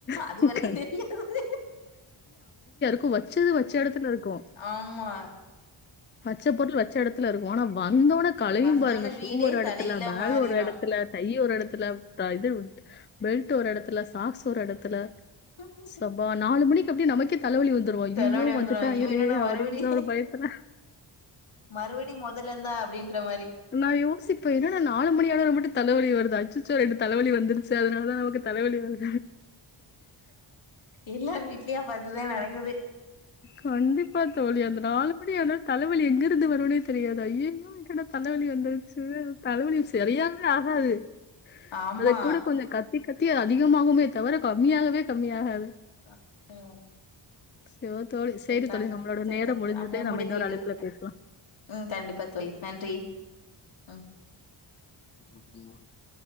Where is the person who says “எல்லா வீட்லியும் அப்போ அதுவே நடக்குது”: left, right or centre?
Left